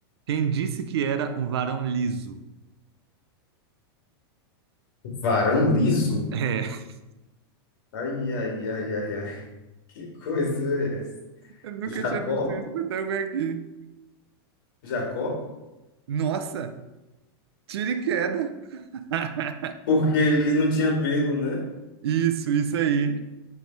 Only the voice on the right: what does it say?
Quem disse que era um varão liso?
É. <laughs>
Eu nunca
tinha visto isso, mas também aqui.
Nossa, tiro e queda. <laughs>
Isso, isso aí.